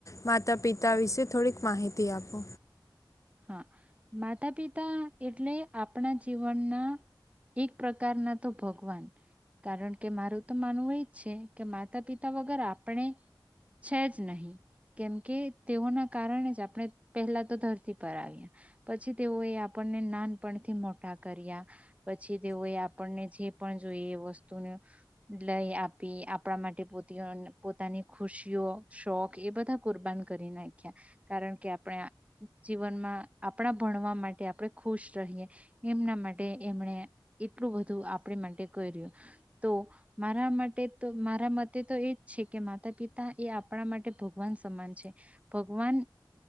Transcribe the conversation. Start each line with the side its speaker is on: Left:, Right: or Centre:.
Left: માતા પિતા વિશે થોડીક માહિતી આપો.
Right: હા માતા પિતા એટલે આપણા જીવનના એક પ્રકારના તો ભગવાન કારણ કે મારું તો માનવું એજ છે કે માતા પિતા વગર આપણે છે જ નહીં. કેમકે તેઓના કારણે જ આપણે પહેલા તો ધરતી પર આવ્યા પછી તેઓએ આપણને નાનપણથી મોટા કર્યા પછી તેઓએ આપણને જે પણ જોઈ એ વસ્તુને લઈ આપી આપણા માટે પો પોતાની ખુશીઓ શોખ એ બધા કુરબાન કરી નાખ્યા કારણ કે આપણે જીવનમાં આપણા ભણવા માટે આપણે ખુશ રહીએ એમના માટે એમણે એટલું બધું આપ આપ માટે કર્યું તો મારા માટે તો મારા મતે તો એજ છે કે માતા પિતા એ આપણા માટે ભગવાન સમાન છે. ભગવાન